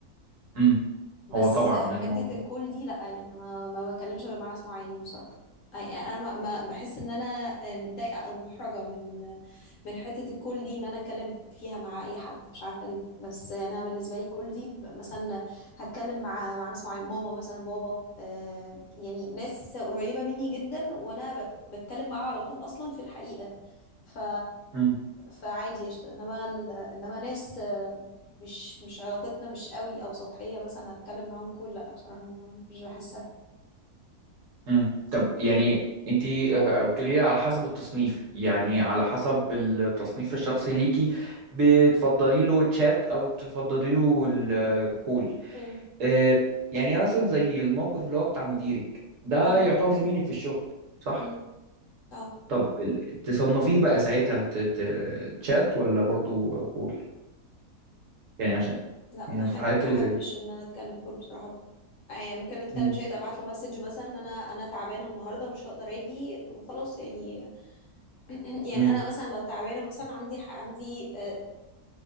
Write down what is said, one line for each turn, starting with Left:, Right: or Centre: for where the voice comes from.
Right: امم
Left: بس
Right: هو طبعا
Left: حتة
Right: الموضوع
Left: الكول دي لأ يعني أنا ما بتكلمش غير مع ناس معينين بصراحة أي- يعني أنا ما ما- بحس إن أنا آه، متضايقة أو محرجة من من حتة الكول دي إن أنا أتكلم فيها مع أي حد مش عارفة ليه بس أنا بالنسبة لي الكول دي ب- مثلا هتكلم مع مع ناس معينة ماما مثلا بابا آه، يعني ناس قريبة مني جدا وأنا بت- بتكلم معاها على طول أصلا في الحقيقة ف
Right: امم
Left: فعادي قشطة انما ال... انما ناس مش مش علاقتنا مش قوي او سطحية مثلا هتكلم معاهم كل لا بصراحة ما مش بحسها
Right: مم. طب يعني انت بتقولي لي على حسب التصنيف يعني على حسب التصنيف الشخصي ليكي بتفضلي له تشات او تفضلي له الكول
Left: مم.
Right: اه، يعني مثلا زي الموقف اللي هو بتاع مديرك ده
Left: مم.
Right: يعتبر زميلك في الشغل صح
Left: مم. اه
Right: طب ال- تصنفيه بقى ساعتها ت- ت- تشات ولا برضو كول يعني عشان
Left: لا
Right: يعني
Left: ما احب
Right: في الحالات
Left: ما
Right: اللي
Left: احبش
Right: زي
Left: ان انا اتكلم كل بصراحة برضه يعني ممكن نتكلم
Right: مم.
Left: شوية ابعت له مسج مثلا إن انا انا تعبانة النهاردة مش هقدر اجي وخلاص يعني <clears throat> يعني
Right: مم.
Left: انا مثلا لو تعبانة مثلا عندي ح- عندي آه،